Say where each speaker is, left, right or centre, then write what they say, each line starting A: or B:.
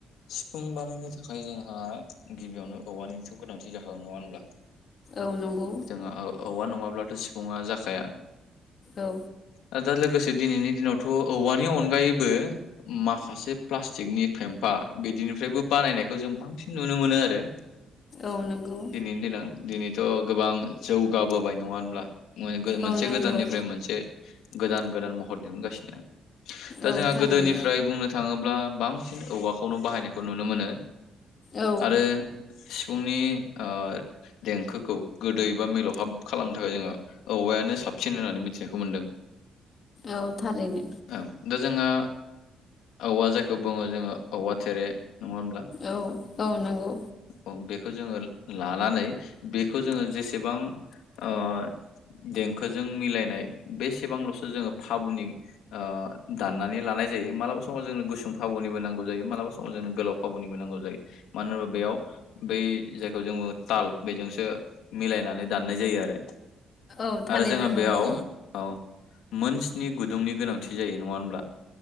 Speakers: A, on the left; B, on the left.
A: सिफुं बानायनो थाखाय जोंहा गिबियावनो औवानिथ' गोनांथि जाखागोन नङा होनब्ला?
B: औ नंगौ
A: जोंहा औ-औवा नङाब्लाथ' सिफुङा जाखाया आ
B: औ
A: दा लोगोसे दिनैनि दिनावथ' औवानि अनगायैबो माखासे प्लास्टिकनि फेम्फा बिदिनिफ्रायबो बानायनायखौ जों बांसिन नुनो मोनो आरो
B: औ नंगौ
A: दिनैनि देनां दिनै थ गोबां जौगाबोबाय नङा होनब्ला मो-मोनसे
B: औ नंगौ
A: गोदाननिफ्राय मोनसे गोदान गोदान महर दिहुनगासिनो। दा
B: औ
A: जोंहा
B: थारैनो
A: गोदोनि फ्राय बुंनो थाङोब्ला बांसिन औवाखौनो बाहायनायखौ नुनो मोनो
B: औ
A: आरो सिफुंनि ओ देंखोखौ गोदै बा मिलौहाब खालामनो थाखाय जोंहा औवायानो साबसिन होननानै मिथिनायखौ मोनदों।
B: औ थारैनो
A: औ दा जोंहा औवा जायखौ बुङो जोङो औवा थेरे नङा होनब्ला?
B: औ औ नंगौ
A: औ बेखौ जोङो ला-लानानै बेखौ जोङो जेसेबां ओ देंखोजों मिलायनाय बेसेबांल'सो जोङो फाबुनि ओ दानानै लानाय मालाबा समाव जोंनो गुसुं फाबुनिबो नांगौ जायो मालाबा समाव जोंनो गोलाव फाबुनिबो नांगौ जायो मानो होनबा बेयाव बै जायखौ जों ताल बेजोंसो मिलायनानै दाननाय जायो आरो
B: औ थारैनो
A: आरो जोंहा
B: नंगौ
A: बेयाव ओ मोन स्नि नि गुदुंनि गोनांथि जायो नङा होमब्ला?